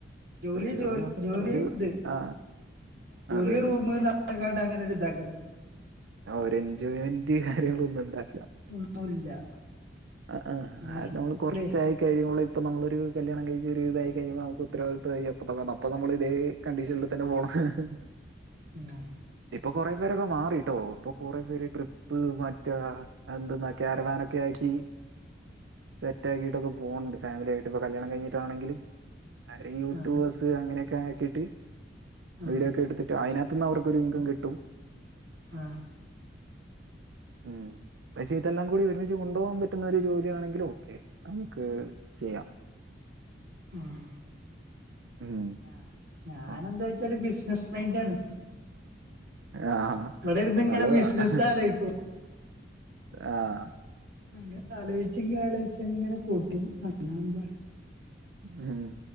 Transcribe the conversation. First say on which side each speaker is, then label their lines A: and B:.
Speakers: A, on the right; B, on the right.
A: ജോലി
B: സ്ത്രീകളുടെ
A: ജോലി
B: മാത്രമേ
A: ജോലി
B: ഒരു
A: ഇത്
B: ആ
A: ജോലി
B: അതെ അതെ
A: റൂമ് ന്ന ങ്ങാണ്ട് അങ്ങനെ ഒരു ഇതാക്കലാന്ന്
B: ആ ഒരു എൻജോയ്മെന്റ് കാര്യങ്ങളൊന്നും ഇണ്ടാവൂല
A: ഒന്നുല്ല
B: ആ ആ
A: നമ്മ
B: അത് നമ്മള്
A: എപ്പളേ
B: കൊറച്ചായി കഴിയുമ്പോളെ ഇപ്പ നമ്മളൊരു കല്യാണം കഴിച്ച് ഒരു ഇതായി കഴിയ്മ്പോൾ നമുക്ക് ഉത്തരവാദിത്തമായി അപ്പൊ നമ്മിളിതേ കണ്ടീഷനിൽ തന്നെ പോണം ഹ് ഹ്
A: ഉം
B: ഇപ്പൊ കൊറേ പേരൊക്കെ മാറി ട്ടോ ഇപ്പൊ കൊറേ പേര് ട്രിപ്പ് മറ്റേ എന്തെന്നാ ക്യാരവാനൊക്കെ ആക്കി സെറ്റക്കിയിട്ടൊക്കെ പോണാണ്ട് ഫാമിലിയായിട്ട് പ്പ കല്യാണം കഴിഞ്ഞിട്ടാണെങ്കിലും അല്ലെങ്കി യൂട്യൂബേഴ്സ്
A: ആ
B: അങ്ങനൊക്കെ ആക്കിയിട്ട്
A: ആ
B: വീഡിയോ ഒക്കെ എടുത്തിട്ട് അതിനകത്തു നിന്ന് അവർക്കൊരു ഇൻകം കിട്ടും
A: ആഹ്
B: ഉം പക്ഷെ ഇതെല്ലാം കൂടി ഒരുമിച്ച് കൊണ്ടുപോകാൻ പറ്റും റ്റുന്ന ഒരു ജോലിയാണെങ്കിൽ ഓക്കെ നമുക്ക് ചെയ്യാം
A: ആഹ്
B: ഉം
A: ഞ ഞാനെന്താ
B: ആ
A: ച്ചാല് ബിസിനസ് മൈൻഡാണ്
B: ആ
A: ഇവിടെ ഇരുന്ന് ഇങ്ങനെ
B: നല്ലതാ
A: ബിസിനസ് ആലോചിക്കും
B: ആഹ്
A: അങ്ങനെ ആലോചിച്ചിങ്ങ ആലോചിച്ചങ്ങനെ കൂട്ടും അല്ലാതെന്താ
B: ഉം